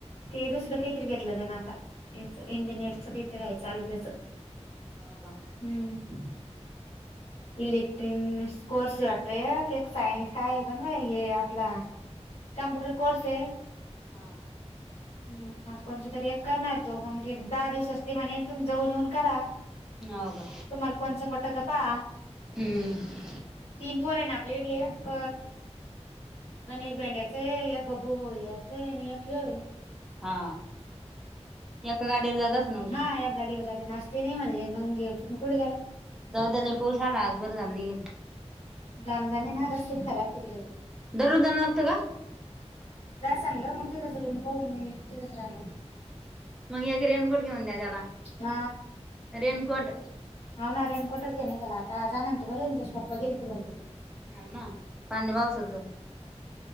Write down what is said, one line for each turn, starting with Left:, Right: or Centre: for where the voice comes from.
Left: ते दुसरं काहीतरी घेतलं त्यांना आता
Centre: हाव
Left: इंजिनियरच काही ते हाय चालू त्याच,
Centre: का
Left: हम्म. इलेक्ट्रनस कोर्स वाटत सायन काये काणू बाई हे आपला कमप्युटर कोर्से.
Centre: हा
Left: हम् मग कोणच तरी एक करणार तो मग की दहा दिवस असते म्हणेज तुम्ही जाऊन येऊन करा.
Centre: हाव का
Left: तुम्हाला कोणच पटत पा.
Centre: हम्म
Left: तीन पोरय ना आपले ईडले. एक गणेश भेंड्याचे, एक बबू भाऊ, याचे नि एक होये.
Centre: हा. एका गाडीवर जात असेल मग
Left: हा
Centre: ते
Left: एका गाडीवर जातना आज तेनाही म्हणले मग हे पण कुठे गेला.
Centre: जाऊदे लई पाऊस आला आज बरं झालं नई गेले.
Left: लांब जााणे ना रस्ते खराब तिकडे.
Centre: दररोज जाण लागत का?
Left: चांगलं मग तीदच रूम पाहून तीदच राहणारे.
Centre: मग एक रेनकोट घेऊन द्या त्याला.
Left: ह
Centre: रेनकोट
Left: हाव ना रेन कोटच घेणेन आता आज आणलं तर बरं होईल. त्याचे पप्पा गेली कोलंबीला.
Centre: हा ना पाणी पावसाच.